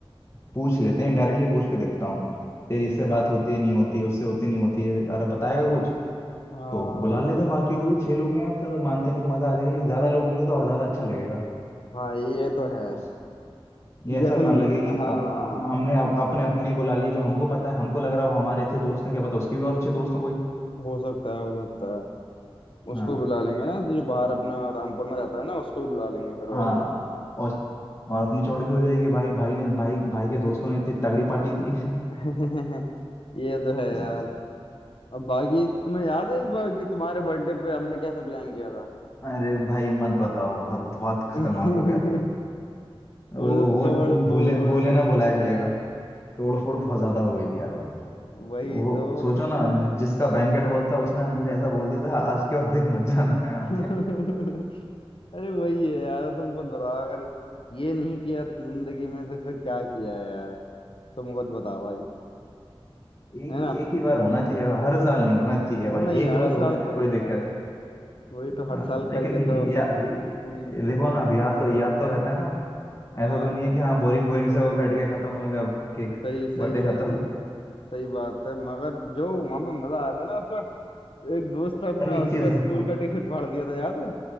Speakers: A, on the left; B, on the left.
A: पूछ लेते हैं डायरेक्टली पूछ के देखता हूँ तेरी इससे बात होती है नहीं होती उससे होती नहीं होती है अरे बताएगा कुछ
B: हाँ
A: तो बुला लेते हैं बाकियों को भी छह लोग में यार चलो मानते हैं चलो मजा आ जाएगा लेकिन ज्यादा लोग होंगे तो और ज्यादा अच्छा लगेगा
B: हाँ ये तो है
A: उस ये
B: जैसे
A: ऐसा ना
B: हम-
A: लगे कि
B: हाँ
A: अब हमने अब अपने अपने ही बुला लिए जो हमको पता है हमको लग रहा है वो हमारे अच्छे दोस्त हैं क्या पता उसके भी और अच्छे दोस्त हों कोई
B: हो सकता है हो सकता है उसको
A: हाँ।
B: भी बुला लेंगे ना जो बाहर अपना रामपुर में रहता है ना उसको भी बुला लेंगे फिर
A: हाँ
B: और क्या
A: और और अपनी चौड़ भी हो जाएगी भाई भाई ने भाई भाई के दोस्तों ने इतनी तगड़ी पार्टी दी है।
B: <laughs> ये तो है यार
A: हाँ।
B: अब बाकी तुम्हें याद है एक बार कि तुम्हारे बर्थडे पे हमने कैसा प्लान किया था
A: अरे भाई मत बताओ बहुत बहुत
B: <laughs>
A: खतरनाक हो गया था वो वो
B: वो तो तोड़
A: वो
B: फोड़
A: भूले भूले ना भुलाया जाएगा तोड़ फोड़ बहुत ज्यादा हो गई थी यार वो
B: वही
A: वो
B: तो
A: सोचो ना जि- जिसका बैंकेट हॉल था उसने मुझे ऐसा बोल दिया था आज के बाद देख मत जाना यहाँ
B: <laughs>
A: पे
B: अरे वही है यार तुम खुद बताओ अगर ये नहीं किया तो जिंदगी में से फिर क्या किया है यार तुम खुद बताओ भाई
A: एक
B: है ना
A: एक ही बार होना चाहिए हर साल नहीं होना चाहिए
B: अ, नहीं
A: भाई एक
B: हर
A: बार
B: साल
A: हो जाए
B: तो नहीं
A: कोई दिक्कत
B: यार वही तो
A: हाँ
B: हर साल
A: लेकिन
B: करके तो
A: या,
B: हम्म
A: देखो
B: बताओ
A: ना अब याद तो याद तो रहता है ना ऐसा
B: हाँ
A: तो नहीं है कि हाँ बोरिंग बोरिंग से वो कट के खत्म हो गया केक
B: सही सही
A: बर्थडे
B: सही
A: खत्म
B: सही बात है मगर जो वहां पे मजा आया था ना उसका एक दोस्त अपना
A: अरे एक
B: उसका
A: चीज हाँ
B: स्कूल का टी शर्ट फाड़ दिया था याद है